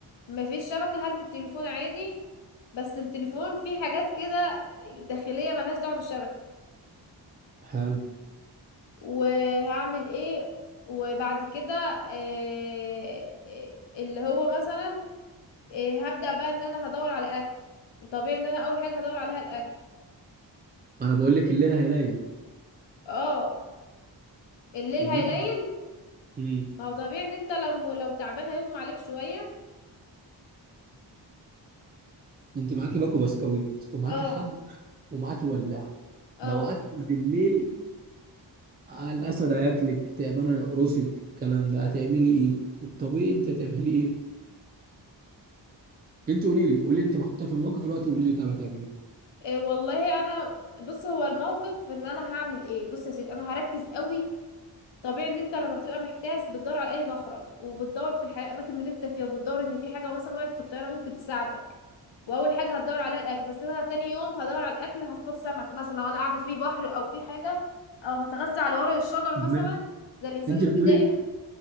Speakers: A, on the left (about 70°); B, on the right (about 20°).
A: ما فيش شبكه هرمي التليفون عادي بس التليفون فيه حاجات كده داخليه ملهاش دعوه بالشبكه
B: حلو
A: وهعمل ايه وبعد كده آه، آه، اللي هو مثلا آه، هبدا بقى ان انا هدور على اكل طبيعي ان انا اول حاجه هدور عليها الاكل
B: انا بقول لك الليل هيليل
A: اه الليل
B: الليل
A: هيليل
B: امم
A: ما هو طبيعي ان انت لو لو تعبان هيغمى عليك شوية
B: انت معاكي باكو بسكويت ومعاكي
A: اه
B: حبل ومعاكي ولاعة
A: اه
B: لو قعدت بالليل الاسد هياكلك تعبانه يقرصك الكلام ده هتعملي ايه الطبيعي انت هتعملي ايه انت قولي لي قولي لي انت محطوطه في الموقف دلوقتي قولي لي طب هتعملي ايه
A: إيه والله انا بص هو الموقف ان انا هعمل ايه بص يا سيدي انا هركز قوي طبيعي ان انت لما بتبقى محتاس بتدور على اي مخرج وبتدور في الحياة الاماكن اللي انت فيها وبتدور ان في حاجة مثلا وقعت في الطيارة ممكن تساعدك واول حاجة هتدور عليها الاكل بس انا تاني يوم هدور على الاكل هصطاد سمك مثلا لو انا قاعدة في بحر او في حاجة او هتغذى على ورق الشجر مثلا
B: ماشي.
A: زي الانسان
B: انت
A: البدائي
B: بتقولي